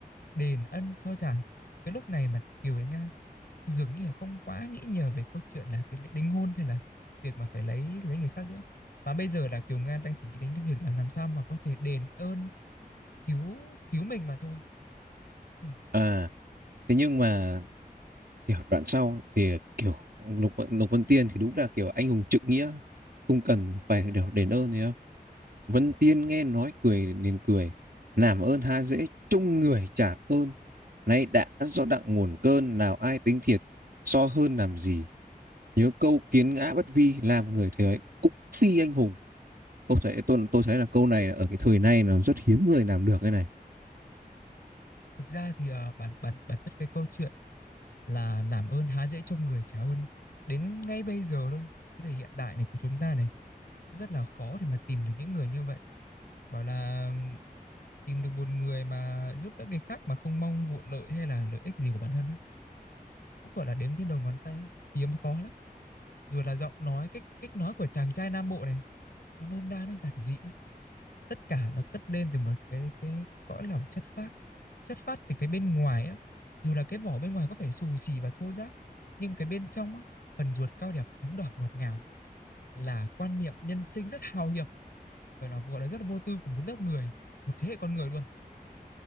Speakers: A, on the left (about 75°); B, on the right (about 70°).
A: đền ân cho chàng cái lúc này mà Kiều Đến Nga dường như là không quá nghĩ nhiều về câu chuyện là cái lễ đính hôn hay là việc mà phải lấy lấy người khác nữa mà bây giờ là Kiều Nga đang chỉ nghĩ đến cái việc là làm sao mà có thể đền ơn cứu cứu mình mà thôi Ừ.
B: à thế nhưng mà kiểu đoạn sau ấy, thì kiểu Lục Lục Vân Tiên thì đúng là kiểu anh hùng trượng nghĩa không cần phải kiểu đền ơn gì không Vân Tiên nghe nói cười nên cười. Làm ơn há dễ, chung người trả ơn. Nay đã do đặng nguồn cơn, nào ai tính thiệt, so hơn làm gì. Nhớ câu kiến ngã bất vi, làm người thế ấy, cũng phi anh hùng. Câu thấy, tôi, tôi thấy là câu này ở cái thời nay là rất hiếm người làm được cái này.
A: Thực ra thì ờ, bản bản bản chất cái câu chuyện là làm ơn há dễ trong người trả ơn đến ngay bây giờ thôi cái thời hiện đại này của chúng ta này cũng rất là khó để mà tìm được những người như vậy bảo là tìm được một người mà giúp đỡ người khác mà không mong vụ lợi hay là lợi ích gì của bản thân á cũng gọi là đếm trên đầu ngón tay á hiếm có lắm rồi là giọng nói cách cách nói của chàng trai Nam Bộ này nó nôm na nó giản dị tất cả nó cất lên từ một cái cái, cõi lòng chất phác chất phát từ cái bên ngoài á dù là cái vỏ bên ngoài có phải xù xì và thô ráp nhưng cái bên trong á phần ruột cao đẹp thắm đỏ ngọt ngào là quan niệm nhân sinh rất hào hiệp phải nói gọi là rất là vô tư của một lớp người một thế hệ con người luôn